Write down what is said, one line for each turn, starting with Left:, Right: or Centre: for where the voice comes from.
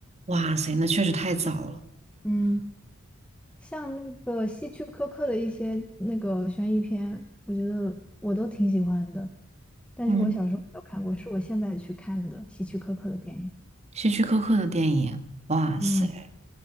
Right: 哇塞，那确实太早了。
Centre: <laughs> 嗯，像那个希区柯克的一些那个悬疑片，我觉得我都挺喜欢的。但是我小时候没有看过，
Right: 嗯，
Centre: 是我现在去看的希区柯克的电影。
Right: 希区柯克的电影，哇塞，
Centre: 嗯，